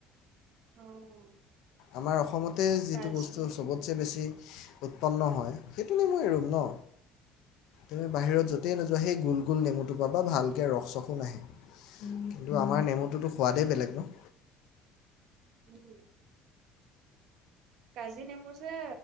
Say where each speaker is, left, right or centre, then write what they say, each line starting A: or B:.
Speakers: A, on the right (about 55°); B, on the left (about 70°).
A: অ'।
B: আমাৰ অসমতে যিটো
A: কাজি
B: বস্তু চবতচে বেছি উৎপন্ন হয় সেইটো নেমুয়ে ৰুম ন'। তুমি বাহিৰত
A: উম
B: য'তেই নোযোৱা সেই গোল গোল নেমুটো পাবা ভালকৈ ৰস চসো নাই কিন্তু আমাৰ নেমুটোতো সোৱাদেই বেলেগ ন'।
A: উম। কাজি নেমু যে